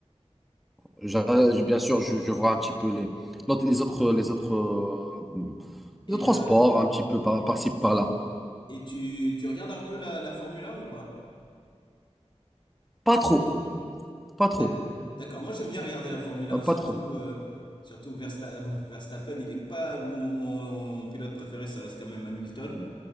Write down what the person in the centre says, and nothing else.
j'a- bien sûr, je, je vois un petit peu les, l'autre- les autres, les autres euh,
de
transport, un petit peu par, par-ci, par-là.
Pas trop, pas trop,
euh, pas
trop.